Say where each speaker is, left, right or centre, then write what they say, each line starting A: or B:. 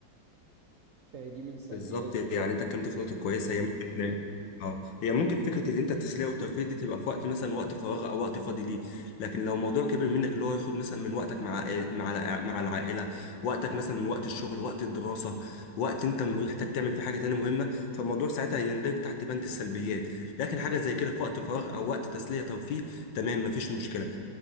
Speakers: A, on the right; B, on the left.
A: فدي من سلبياته
B: بالظبط يعني انت اتكلمت في نقطه كويسه هي ممكن اه هي ممكن فكره اللي انت التسليه والترفيه دي تبقى في وقت مثلا وقت فراغ او وقت فاضي ليه لكن لو موضوع كبر منك اللي هو ياخد مثلا من وقتك مع عائل- مع الع- مع العائله وقتك مثلا من وقت الشغل وقت الدراسه وقت انت محتاج تعمل فيه حاجه تانية مهمه فالموضوع ساعتها هيندرج تحت بند السلبيات لكن حاجه زي كده في وقت فراغ او وقت تسليه ترفيه تمام مفيش مشكله